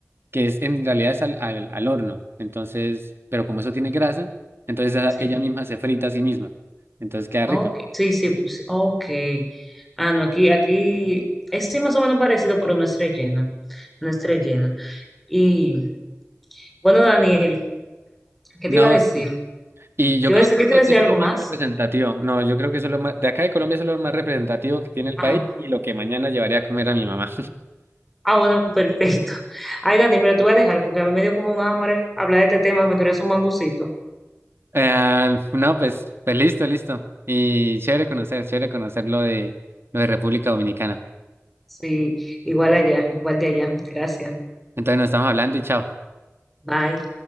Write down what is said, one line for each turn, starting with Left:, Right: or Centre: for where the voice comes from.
Right: que es en realidad es al, al, al horno. Entonces, pero como eso tiene grasa, entonces ella
Centre: sí.
Right: ella misma se frita a sí misma. Entonces queda
Centre: Ok,
Right: rica.
Centre: sí, sí, sí, ok. Ah, no, aquí, aquí es sí, más o menos parecido, pero no es relleno. No es relleno. Y bueno, Daniel, ¿qué
Right: No,
Centre: te iba a decir?
Right: sí. Y yo
Centre: ¿Te
Right: creo
Centre: iba a decir,
Right: que
Centre: yo
Right: eso,
Centre: te iba
Right: eso
Centre: a decir
Right: es
Centre: algo
Right: lo
Centre: más?
Right: más representativo. No, yo creo que eso es lo más, de acá de Colombia, eso es lo más representativo que tiene el
Centre: Ah,
Right: país y lo que mañana llevaría a comer a mi mamá.
Centre: ah, bueno, <laughs> perfecto. Ay, Daniel, mira, te voy a dejar porque a mí me dio como un hambre hablar de este tema, me quería hacer un mangucito.
Right: Eh, no, pues, pues listo, listo. Y chévere conocer, chévere conocer lo de, lo de República Dominicana.
Centre: Sí, igual allá, igual de allá. Gracias.
Right: Entonces nos estamos hablando y chao.
Centre: Bye.